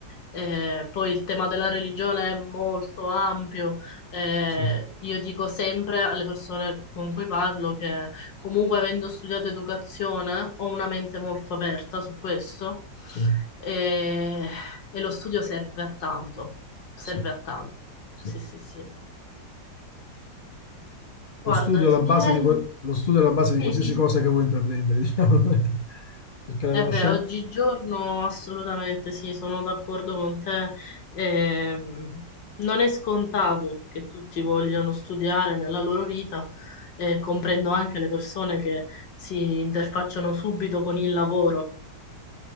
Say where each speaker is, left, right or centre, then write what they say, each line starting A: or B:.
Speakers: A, on the left; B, on the left.
A: Eh, poi il tema della religione è molto ampio. Eh,
B: sì,
A: io dico sempre alle persone con cui parlo che comunque avendo studiato educazione ho una mente molto aperta su questo
B: sì,
A: e, e lo studio serve a tanto, serve
B: sì,
A: a tanto.
B: sì.
A: Sì, sì, sì. Guarda,
B: Lo studio
A: ti
B: è la base
A: direi...
B: di, que- lo studio è la base di
A: Sì,
B: qualsiasi
A: sì, sì.
B: cosa che vuoi intraprendere, <laughs> diciamo, perché la
A: Eh
B: conoscenza...
A: beh, oggigiorno assolutamente sì, sono d'accordo con te. Ehm, non è scontato che tutti vogliano studiare nella loro vita, e comprendo anche le persone che si interfacciano subito con il lavoro,